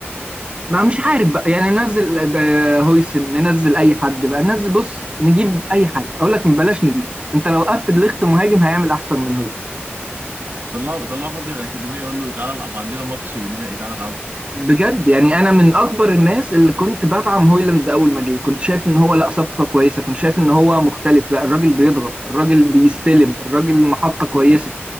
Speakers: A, on the right; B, on the right.
A: ما مش عارف بقى يعني ننزل ب- هويسن ننزل اي حد بقى ننزل بص نجيب اي حاجه اقول لك بلاش نجيب انت لو وقفت دليخت مهاجم هيعمل احسن من هويلاند
B: طلعوا طلعوا حد من الاكاديميه يقول له تعالى العب عندنا ماتش نهائي تعالى العب
A: بجد يعني انا من اكبر الناس اللي كنت بدعم هويلاند اول ما جه وكنت شايف ان هو لا صفقه كويسه كنت شايف ان هو مختلف لا الراجل بيضغط الراجل بيستلم الراجل محطه كويسه